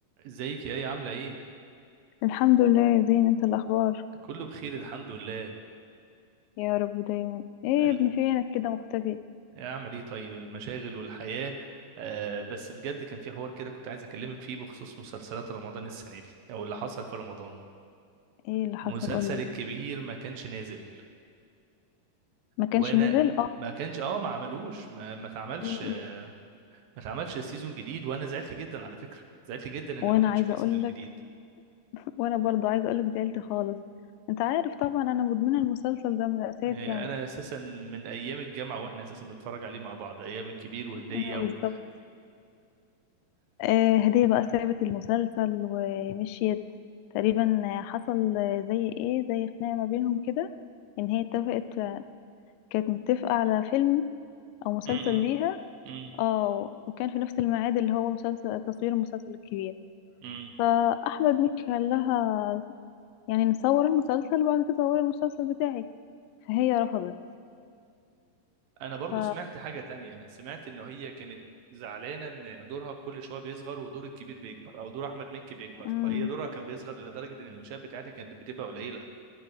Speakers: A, on the right; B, on the left.
A: ازيك يا ايه عاملة ايه؟
B: الحمد لله يا زين انت الاخبار
A: كله بخير الحمد لله
B: يا رب دايما ايه
A: أن...
B: يا ابني فينك كده مختفي
A: اعمل ايه طيب المشاغل والحياة آه بس بجد كان في حوار كده كنت عايز اكلمك فيه بخصوص مسلسلات رمضان السنة دي او اللي حصل في رمضان
B: ايه اللي حصل
A: مسلسل
B: قولي
A: الكبير ما كانش نازل
B: ما كانش
A: وانا
B: نزل اه
A: ما كانش اه ما عملوش ما ما اتعملش
B: م-
A: ما
B: م.
A: اتعملش سيزون جديد وانا زعلت جدا على فكرة زعلت جدا ان
B: وانا
A: ما كانش
B: عايزه
A: فيه
B: اقول
A: سيزون
B: لك
A: جديد
B: <laughs> وانا برضو عايزه اقول لك زعلت خالص انت عارف طبعا انا مدمنه المسلسل ده من الاساس
A: يعني
B: يعني
A: انا اساسا من ايام الجامعة واحنا اساسا بنتفرج عليه مع بعض ايام الكبير وهدية
B: اه
A: و
B: بالظبط آه هديه بقى سابت المسلسل ومشيت تقريبا آه، حصل آه، زي ايه زي خناقه ما بينهم كده ان هي اتفقت كانت متفقه على فيلم او مسلسل
A: <laughs>
B: ليها
A: <laughs> امم
B: اه وكان في نفس الميعاد اللي هو مسلسل تصوير المسلسل الكبير
A: امم
B: فأحمد مكي قال لها يعني نصور المسلسل وبعد كده صوري المسلسل بتاعك فهي رفضت
A: انا برضو
B: ف
A: سمعت حاجة تانية سمعت ان هي كانت زعلانة ان دورها كل شوية بيصغر ودور الكبير بيكبر او دور احمد مكي بيكبر
B: مم.
A: فهي دورها كان بيصغر لدرجة ان المشاهد بتاعتها كانت بتبقى قليلة